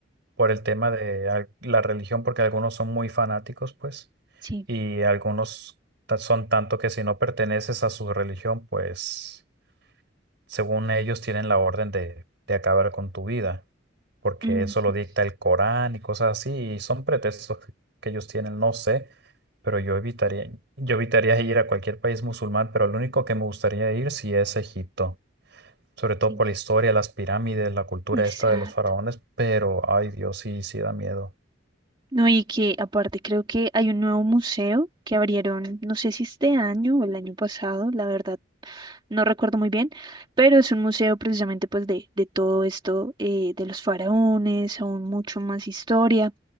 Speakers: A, on the right; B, on the right.
A: por el tema de al- la religión, porque algunos son muy fanáticos, pues,
B: Sí,
A: y algunos ta- son tanto que si no perteneces a su religión, pues según ellos, tienen la orden de, de acabar con tu vida, porque
B: ujú,
A: eso lo dicta el Corán y cosas así, y son pretextos que ellos tienen, no sé, pero yo evitaría, yo evitaría ir a cualquier país musulmán, pero lo único que me gustaría ir sí es Egipto, sobre todo
B: sí,
A: por la historia, las pirámides, la cultura
B: exacto.
A: esta de los faraones, pero ay Dios, sí, sí da miedo.
B: No, y que aparte creo que hay un nuevo museo que abrieron, no sé si este año o el año pasado, la verdad, no recuerdo muy bien, pero es un museo precisamente pues de, de todo esto, eh, de los faraones, aún mucho más historia